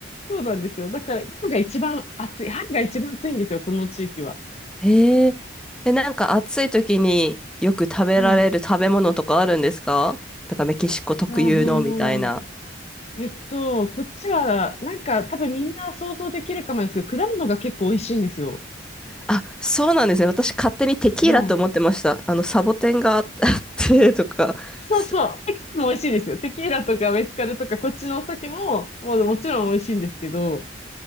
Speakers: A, on the left (about 35°); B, in the centre.
A: そうなんですよ。だから、今が一番暑い。春が一番暑いんですよ、この地域は。
B: <laughs> えー、え、なんか暑い時によく食べられる食べ物とかあるんですかだからメキシコ特有のみたいな。
A: はい。食べ物。えっと、こっちは、なんか、多分みんな想像できるかもですけど、果物が結構美味しいんですよ。
B: あ、そうなんですね。私勝手にテキーラと思ってました。
A: はい。
B: あの、サボテンがあっ <laughs> あってとか。
A: そうそう。
B: す
A: テキスも美味しいですよ。テキーラとかメスカルとかこっちのお酒も、もうもちろん美味しいんですけど、